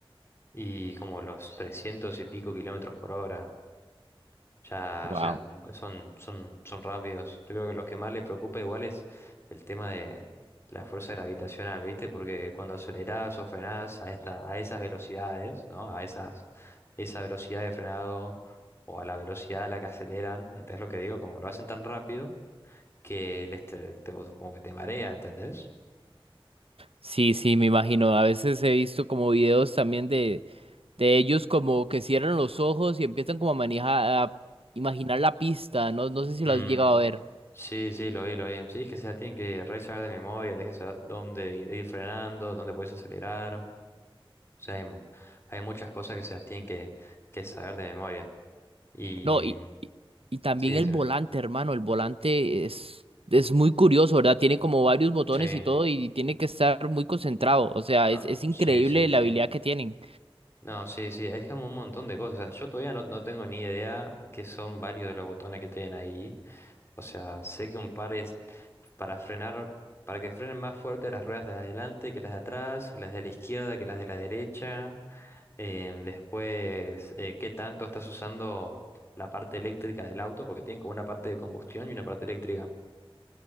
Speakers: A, on the left; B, on the right.
A: Y como los 300 y pico kilómetros por hora, Ya,
B: Wow.
A: o sea, m- son, son, son rápidos. Yo creo que lo que más les preocupa igual es el tema de la fuerza gravitacional, ¿viste? Porque cuando acelerás o frenás a esta, a esas velocidades, ¿no? A esas, esa velocidad de frenado o a la velocidad a la que aceleran, ¿entendés lo que digo? Como lo hacen tan rápido que les te, te- como que te marea, ¿entendés?
B: Sí, sí, me imagino. A veces he visto como videos también de, de ellos como que cierran los ojos y empiezan como a manejar, a imaginar la pista, ¿no? No sé si
A: Mm,
B: lo has llegado a ver.
A: sí, sí, lo vi, lo vi. Sí, es que se la tienen que re saber de memoria, tenés que saber dónde ir ir frenando, dónde puedes acelerar. O sea, hay, m- hay muchas cosas que se las tienen que, que saber de memoria. Y
B: No, y, y, y también
A: sí, decime.
B: el volante, hermano, el volante es, es muy curioso, ¿verdad? Tiene como varios botones
A: Sí,
B: y todo y tiene que estar muy concentrado. O sea,
A: ah,
B: es, es increíble
A: sí, sí,
B: la
A: sí.
B: habilidad que tienen.
A: No, sí, sí, hay como un montón de cosas. O sea, yo todavía no, no tengo ni idea qué son varios de los botones que tienen ahí. O sea, sé que un par es para frenar, para que frenen más fuerte las ruedas de adelante que las de atrás, las de la izquierda que las de la derecha. Em, después, eh, qué tanto estás usando la parte eléctrica del auto, porque tienen como una parte de combustión y una parte eléctrica.